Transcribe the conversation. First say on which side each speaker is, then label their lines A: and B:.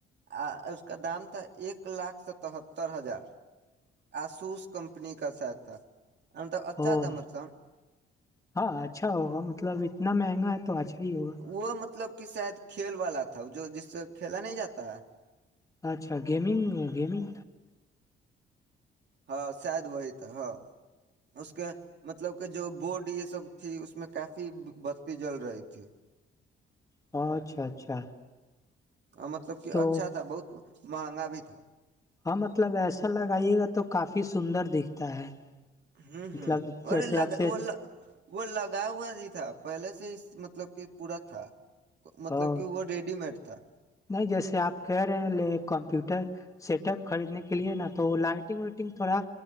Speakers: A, on the right; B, on the left.
A: آ اس کا دام تھا ایک لاکھ ستتر ہزار آسوس کمپنی کا سٹ تھا مطلب اچھا
B: اور
A: تھا مطلب
B: ہاں اچھا ہوگا مطلب نہ مہنگا ہے تو آچھا ہی ہوگا
A: وہ مطلب کہ شاید کھیل والا تھا جو جس سے کھیلا نہیں جاتا
B: اچھا گیمگ گمگا
A: ہاں شاید وہی تھا ہاں اس کے مطلب کہ جو بورڈ یہ سب تھی اس میں کافی بتی جل رہی تھی
B: ہ اچھا اچھا
A: مطلب کہ
B: تو
A: اچھا تھا بہت مہنگا بھی تھا
B: ہاں مطلب ایسا لگائیے گا تو کافی سندر دکھتا ہے
A: ہوں
B: مطلب
A: ہوں ارے
B: جیسے
A: لگا
B: آپ سے
A: وہ وہ لگا ہوا نہیں تھا پہلے سے مطلب کہ پورا تھا مطلب
B: ا
A: کہ وہ ریڈی میڈ تھا
B: نہیں جیسے آپ کہہ رہے ہیں لے کمپیوٹر سیٹ اپ خریدنے کے لیے نا تو لائٹنگ وائٹنگ تھوڑا